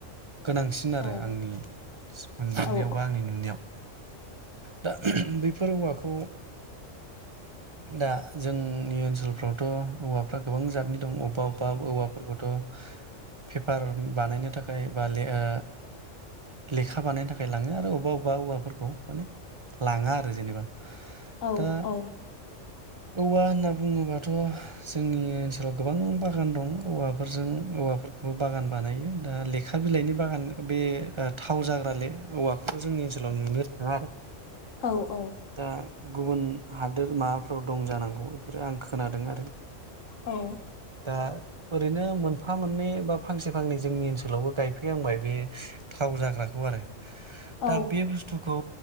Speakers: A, on the right (about 45°); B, on the left (about 80°).
A: गोनांसिन आरो
B: औ
A: आंनि मोनदेननायाव
B: औ
A: बा आंनि नुनायाव दा बेफोर औवाखौ दा जोंनि ओनसोलफ्रावथ' औवाफ्रा गोबां जातनि दं अबेबा अबेबा औवाफोरखौथ' पेपार बानायनो थाखाय बा ओ लेखा बानायनो थाखाय लाङो आरो अबेबा अबेबा औवाफोरखौ माने लाङा आरो जेनेबा।
B: औ
A: दा
B: औ।
A: औवा होनना बुङोबाथ' जोंनि ओनसोलाव गोबां बागान दं औवाफोरजों औवाफोरखौबो बागान बानायो दा लेखा बिलाइनि बागान बे थाव जाग्रा ले औवाखौथ' जोंनि ओनसोलाव नुनो थाङा आरो।
B: औ औ।
A: दा गुबुन हादोर माबाफ्राव दं जानांगौ बेफोरो आं खोनादों आरो।
B: औ।
A: दा ओरैनो मोनफा मोननै बा फांसे फांनै जोंनि ओनसोलावबो गायफैहांबाय बे थाव जाग्राखौ आरो।
B: औ
A: दा बे बुस्थु बेखौ